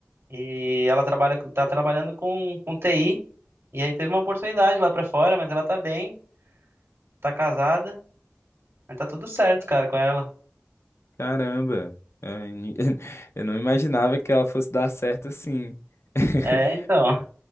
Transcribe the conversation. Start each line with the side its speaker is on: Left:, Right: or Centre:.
Right: e ela trabalha, com- tá trabalhando com, com TI, e aí teve uma oportunidade lá pra fora, mas ela tá bem, tá casada, mas tá tudo certo, cara, com ela.
Left: Caramba, é, ni- <laughs> eu não imaginava que ela fosse dar certo assim. <laughs>
Right: É, então.